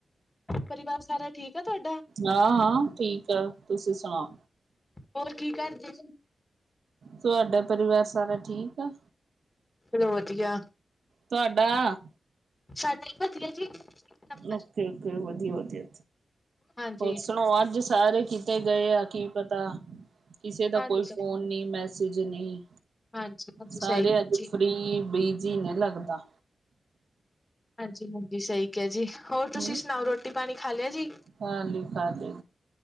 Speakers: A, on the left (about 20°); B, on the right (about 75°).
A: ਪਰਿਵਾਰ ਸਾਰਾ, ਠੀਕ ਆ ਤੁਹਾਡਾ?
B: ਹਾਂ -ਹਾਂ ਠੀਕ ਆ, ਤੁਸੀਂ ਸੁਨਾਓ?
A: ਹੋਰ, ਕੀ ਕਰਦੇ?
B: ਤੁਹਾਡਾ, ਪਰਿਵਾਰ ਸਾਰਾ ਠੀਕ ਆ?
A: ਚਲੋ ਵਧੀਆ।
B: ਤੁਹਾਡਾ
A: ਸ਼ਦ ਹੀ ਪਤੀ ਹੈ ਜੀ। ਨੰਬਰ
B: ਓਕੇ-ਓਕੇ
A: ਹਾਂਜੀ।
B: ਵਧੀਆ-ਵਧੀਆ
A: ਹਾਂਜੀ,
B: ਹੋਰ ਸੁਣੋ ਅੱਜ ਸਾਰੇ। ਕਿਥੇ ਗਏ ਆ, ਕੀ ਪਤਾ' ਕਿਸੇ ਦਾ
A: ਹਾਂਜੀ,
B: ਕੋਈ ਫੋਨ ਨਹੀਂ, ਮੈਸੇਜ ਨਹੀਂ।
A: ਹਾਂਜੀ
B: ਸਾਰੇ
A: ਸਹੀ
B: ਅੱਜ,
A: ਜੀ।
B: ਫਰੀ ਬਿਜੀੀ ਨੇ ਲੱਗਦਾ।
A: ਹਾਂਜੀ-ਹਾਂਜੀ ਸਹੀ ਕਿਹਾ, ਜੀ ਹੋਰ ਤੁਸੀਂ
B: ਹਨਾ
A: ਸੁਣਾਓ, ਰੋਟੀ ਪਾਣੀ ਖਾ ਲਿਆ ਜੀ?
B: ਖਾਲੀ ਖਾਲੀ।